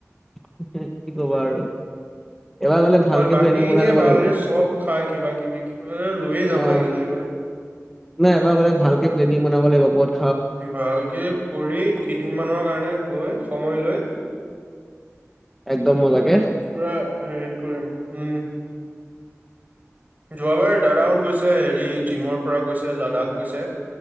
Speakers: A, in the centre; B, on the right (about 35°).
A: তাকেই, কি ক'বা আৰু। এবাৰ গ'লে ভালকে
B: বাকী
A: প্লেনিং
B: খিনিয়ে
A: বনাই যাব
B: ভাল,
A: লাগিব
B: চব খাই কিবা কিবি, কিবা লৈয়ে যাম
A: অ
B: লাগিলে এইবাৰ।
A: নাই এইবাৰ গলে ভালকে প্লেনিং বনাব লাগিব কবাত।
B: ভালকে কৰি, কেইদিনমানৰ কাৰণে গৈ সময় লৈ
A: একদম মজাকে
B: পুৰা হেৰিত কৰিম, উম। যোৱাবাৰ দাদাহত গৈছে, হেৰি জিমৰ পৰা গৈছে লাডাখ গৈছে।